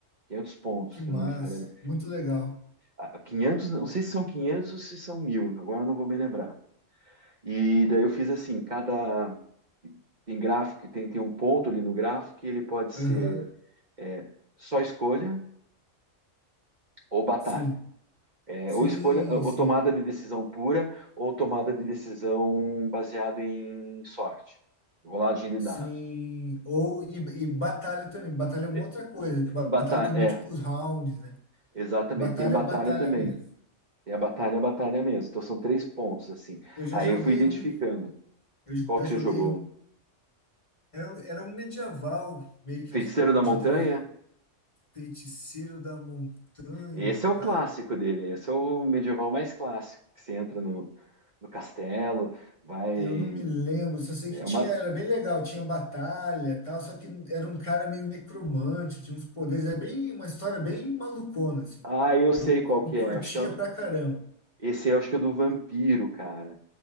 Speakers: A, on the right (about 40°); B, on the left (about 25°).
A: 500 pontos,
B: Que
A: se
B: massa,
A: não me falha.
B: muito legal.
A: a- 500, não sei se são 500 ou se são 1000 agora não vou me lembrar. E daí eu fiz assim, cada tem gráfico, tem, tem um ponto ali no gráfico que ele pode ser
B: Aham,
A: é, só escolha ou batalha.
B: Sim,
A: É,
B: sim,
A: ou escolha, ou
B: sim,
A: tomada de decisão pura, ou tomada de decisão baseado em sorte, rolagem de
B: sim.
A: dados.
B: Ou e, e batalha também. Batalha é uma
A: É,
B: outra coisa, que ba-
A: Batalha,
B: batalha tem múltiplos
A: é,
B: rounds, né?
A: exatamente.
B: Batalha
A: Tem a batalha
B: é batalha
A: também.
B: mesmo.
A: Tem a batalha, a batalha mesmo. Então são três pontos, assim.
B: Eu já
A: Aí
B: joguei
A: eu fui identificando
B: um, eu
A: qual
B: já
A: que
B: joguei
A: você jogou.
B: um. Era, era um medieval, meio que
A: Feiticeiro
B: de,
A: da
B: de
A: Montanha?
B: dra- feiticeiro da montanha,
A: Esse é o
B: cara.
A: clássico dele, esse é o medieval mais clássico, que você entra no, no castelo, vai.
B: Eu não me lembro, só sei
A: É
B: que tinha,
A: uma.
B: era bem legal, tinha batalha e tal, só que era um cara meio necromante, tinha uns poderes, é bem uma história bem malucona, assim.
A: Ah, eu sei
B: Eu,
A: qual
B: eu
A: que
B: curtia
A: é. Acho que é... o-
B: pra caramba.
A: Esse é, acho que é o do vampiro, cara.